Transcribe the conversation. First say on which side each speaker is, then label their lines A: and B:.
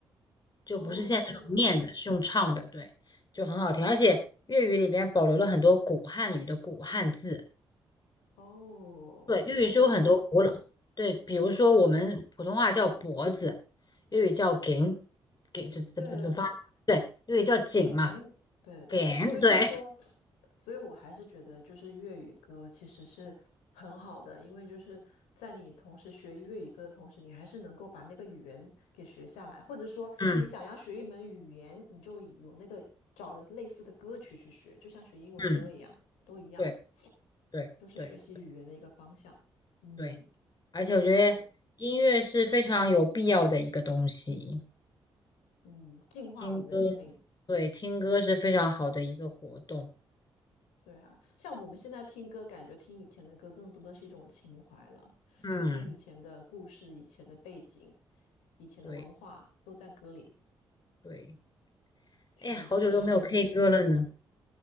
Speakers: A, on the left; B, on the left.
A: 就不是现在这种念的，
B: 哦。
A: 是用唱的，对，就很好听。而且粤语里边保留了很多古汉语的古汉字，
B: 哦，
A: 对，粤语是有很多古老，
B: 所以为什么？
A: 对，比如说我们普通话叫脖子，粤语叫颈，颈就怎么怎么怎么发，
B: 对对对
A: 对，粤语叫颈嘛，
B: ，gang，对对对，
A: 颈，
B: 所以就说，
A: 对，
B: 所以我还是觉得就是粤语歌其实是很好的，因为就是在你同时学粤语歌的同时，你还是能够把那个语言给学下来，或者说你想要学一门语言，
A: 嗯
B: 你就有那个找类似的歌曲去学，就像学英文歌一样，
A: 嗯，
B: 都一样，
A: 对对对
B: 都是学习语言的一个方向。嗯，
A: 对，而且我觉得音乐是非常有必要的一个东西，
B: 有，嗯，净化我们的心灵。
A: 听歌，对，听歌是非常好的一个活动，
B: 对啊，像我们现在听歌，感觉听以前的歌更多的是一种情怀了，
A: 嗯，
B: 去听以前的故事、以前的背景、以前的文化，
A: 对。
B: 都在歌里
A: 对，
B: 去理解上一辈人。
A: 哎呀，好久都没有 K 歌了呢，